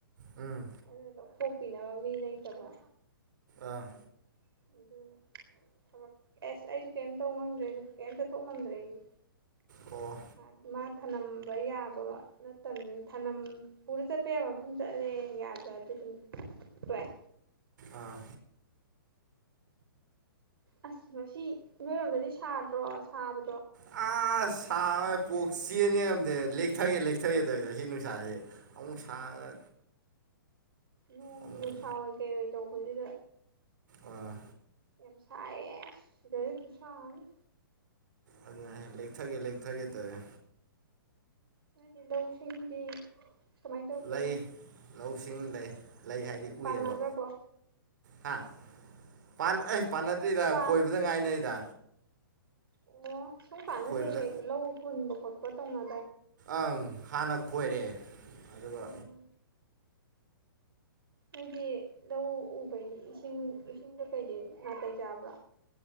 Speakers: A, on the right; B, on the right.
A: ꯎꯝ
B: ꯑꯗꯨꯅ ꯂꯧꯊꯣꯛꯄꯤꯅꯕ ꯃꯤ ꯂꯩꯇꯕ
A: ꯑꯥ
B: ꯑꯗꯨꯅꯤ ꯊꯕꯛ ꯑꯦꯁ ꯑꯩꯁꯨ ꯀꯩꯝ ꯇꯧ ꯉꯝꯗ꯭ꯔꯦ ꯀꯩꯝ ꯆꯠꯊꯣꯛ ꯉꯝꯗ꯭ꯔꯦ ꯑꯩꯁꯨ
A: ꯑꯣ
B: ꯑ ꯃꯥ ꯊꯅꯝꯕ ꯌꯥꯕ ꯅꯠꯇꯝꯅꯤ ꯊꯅꯝ ꯄꯨꯔ ꯆꯠꯄ ꯌꯥꯕ ꯃꯐꯝ ꯆꯠꯂꯦ ꯌꯥꯗ꯭ꯔꯗꯤ ꯗꯨꯝ ꯇꯣꯛꯑꯦ
A: ꯑꯥ
B: ꯑꯁ ꯉꯁꯤ ꯅꯣꯏꯔꯣꯝꯗꯗꯤ ꯁꯥꯗ꯭ꯔꯣ ꯁꯥꯕ
A: ꯑꯁꯁ ꯁꯥꯕ <unintelligible> ꯉꯝꯗꯦ ꯂꯦꯛꯊꯒꯦ ꯂꯦꯛꯊꯒꯦ ꯇꯧꯋꯦ ꯑꯁꯤ ꯅꯨꯡꯁꯥꯁꯦ ꯑꯃꯨꯛ ꯁꯥꯔꯒ
B: ꯅꯣꯡꯒꯤ
A: ꯑꯃꯨꯛ
B: ꯅꯨꯡꯁꯥ ꯑꯣꯏ ꯀꯩꯑꯣꯏ ꯇꯧꯕꯁꯤꯗ
A: ꯑꯥ
B: ꯌꯥꯝ ꯁꯥꯏꯌꯦ ꯁꯤꯗꯗꯤ ꯈꯨꯁꯥꯑꯝꯅꯤ
A: ꯑꯗꯨꯅꯦ ꯍꯥꯏ ꯂꯦꯛꯊꯒꯦ ꯂꯦꯛꯊꯒꯦ ꯇꯧꯑꯦ
B: ꯅꯣꯏꯗꯤ ꯂꯧꯁꯤꯡꯗꯤ ꯀꯃꯥꯏꯅ ꯇꯧꯒꯦ
A: ꯂꯩ ꯂꯧꯁꯤꯡ ꯂꯩ ꯂꯩ ꯍꯥꯏꯗꯤ
B: ꯄꯥꯟꯅꯈ꯭ꯔꯕꯣ
A: ꯎꯏꯌꯦꯕ ꯍꯥ ꯄꯥꯟ ꯑꯩ ꯄꯥꯟꯅꯗ꯭ꯔꯤꯗ
B: ꯄꯥ
A: ꯈꯣꯏꯕꯗ ꯉꯥꯏꯅꯔꯤꯗ
B: ꯑꯣ ꯁꯨꯝꯀꯥꯟꯗ
A: ꯈꯣꯏꯕꯗ
B: ꯍꯦꯛ ꯍꯦꯛ ꯂꯧ ꯍꯨꯟꯕ ꯈꯣꯠꯄ ꯇꯧꯅ
A: ꯑꯪ ꯍꯥꯟꯅ ꯈꯣꯏꯔꯦ ꯑꯗꯨꯒ
B: ꯎꯝ ꯍꯥꯏꯗꯤ ꯂꯧ ꯎꯕꯩꯗꯤ ꯏꯁꯤꯡ ꯏꯁꯤꯡꯗꯣ ꯀꯩꯗꯤ ꯅꯥꯇꯩ ꯆꯥꯕ꯭ꯔꯥ